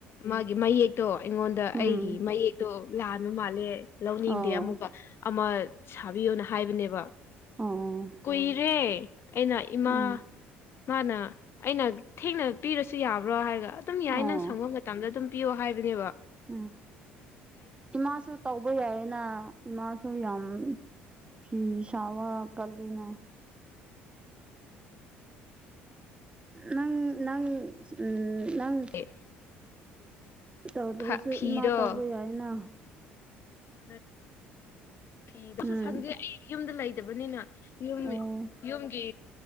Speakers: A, on the left; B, on the right.
A: ꯃꯥꯒꯤ ꯃꯌꯦꯛ ꯇꯣ ꯑꯩꯉꯣꯟꯗ
B: ꯎꯝ
A: ꯑꯩꯒꯤ ꯃꯌꯦꯛꯇꯣ ꯂꯥꯟꯕ ꯃꯥꯜꯂꯦ ꯂꯧꯅꯤꯡꯗꯦ
B: ꯑꯣ
A: ꯑꯃꯨꯛꯀ ꯑꯃ ꯁꯥꯕꯤꯌꯣꯅ ꯍꯥꯏꯕꯅꯦꯕ
B: ꯑꯣ
A: ꯀꯨꯏꯔꯦ꯫ ꯑꯩꯅ ꯏꯃꯥ
B: ꯎꯝ
A: ꯃꯥꯅ ꯑꯩꯅ ꯊꯦꯡꯅ ꯄꯤꯔꯁꯨ ꯌꯥꯕ꯭ꯔꯥ ꯍꯥꯏꯔꯒ ꯑꯗꯨꯝ ꯌꯥꯏ
B: ꯑꯣ
A: ꯅꯪ ꯁꯪꯕ ꯃꯇꯝꯗ ꯑꯗꯨꯝ ꯄꯤꯌꯣ ꯍꯥꯏꯕꯅꯦꯕ꯫
B: ꯎꯝ ꯏꯃꯥꯁꯨ ꯇꯧꯕ ꯌꯥꯏꯌꯦꯅ ꯏꯃꯥꯁꯨ ꯌꯥꯝ ꯐꯤ ꯁꯕ ꯀꯟꯂꯤꯅ꯫ ꯅꯪ ꯅꯪ ꯎꯝ ꯅꯪ
A: <unintelligible>
B: ꯇꯧꯗ꯭ꯔꯁꯨ
A: ꯐꯤꯗꯣ
B: ꯏꯃꯥ ꯇꯧꯕ ꯌꯥꯏꯌꯦꯅ
A: <unintelligible> <unintelligible>
B: ꯎꯝ
A: ꯁꯪꯗꯦ ꯑꯩ ꯌꯨꯝꯗ ꯂꯩꯇꯕꯅꯤꯅ ꯌꯨꯝ
B: ꯑꯣ
A: ꯌꯨꯝꯒꯤ